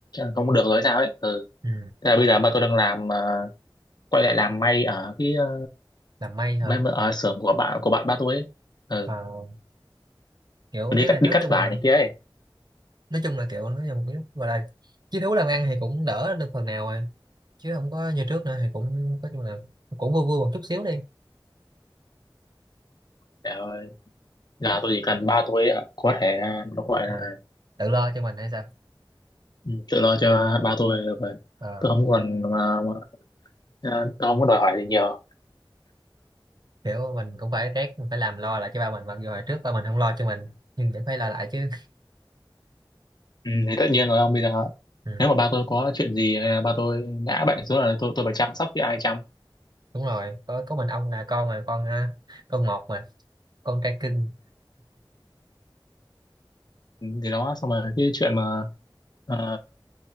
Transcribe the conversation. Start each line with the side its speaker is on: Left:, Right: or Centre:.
Left: không được rồi sao ấy. Ừ.
Right: ừ.
Left: Thế là bây giờ ba tôi đang làm ờ, quay lại làm may ở cái ờ,
Right: làm may hả
Left: may ở xưởng của bạn của bạn ba tôi ấy. Ừ.
Right: Ờ, kiểu
Left: Đi
Right: ý
Left: cắt
Right: là nói
Left: đi cắt
Right: chung
Left: vải
Right: là
Left: này kia ấy.
Right: nói chung là kiểu nói chung kiểu gọi là chí thú làm ăn thì cũng đỡ được phần nào rồi chứ không có như trước nữa thì cũng nói chung là cũng vui vui một chút xíu đi
Left: Trời ơi, giờ tôi chỉ cần ba tôi ờ, có thể ờ, nó gọi
Right: Ờ,
Left: là
Right: tự lo cho mình hay sao
Left: Ừ, tự lo cho ba tôi là vậy
Right: Ờ,
Left: tôi không còn mà, mà à, tôi không có đòi hỏi gì nhiều
Right: kiểu mình cũng phải rét mình phải làm lo lại cho ba mình mặc dù hồi trước ba mình không lo cho mình nhưng vẫn phải lo lại chứ
Left: ừ, thì tất nhiên rồi ông bây giờ
Right: ừ,
Left: nếu mà ba tôi có chuyện gì hay là ba tôi ngã bệnh xuống là tôi tôi phải chăm sóc với ai chăm
Right: đúng rồi có có mình ông là con mà con ha, con một mà con trai cưng
Left: ừ, thì đó xong rồi cái chuyện mà à,